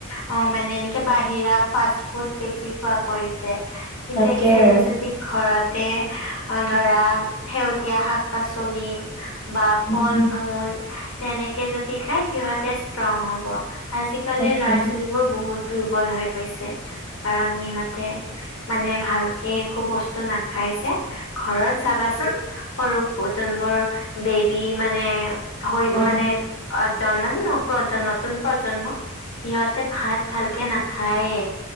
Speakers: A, on the left (about 70°); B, on the left (about 25°).
A: অ মানে এনেকে বাহিৰা বহুত বেছি খোৱা কৰিছে কিন্তু
B: তাকে
A: একচুৱেলি যদি ঘৰতে অ ধৰা সেউজীয়া শাক পাচলি বা ফল
B: উম,
A: মূল তেনেকে যদি খাই সিহতে ষ্ট্ৰং হ'ব আজিকালিৰ
B: তাকে
A: ল'ৰা ছোৱালীবোৰ বহুত দুৰ্বল হৈ গৈছে কাৰণ সিহঁতে মানে ভালকে একো বস্তু নাখাই যে ঘৰত চাবাচোন সৰু জন বোৰ বেবি মানে হৈ
B: অ,
A: মানে <unintelligible> মানে <unintelligible> নতুন প্ৰজন্ম সিহঁতে ভাত ভালকে নাখায়ে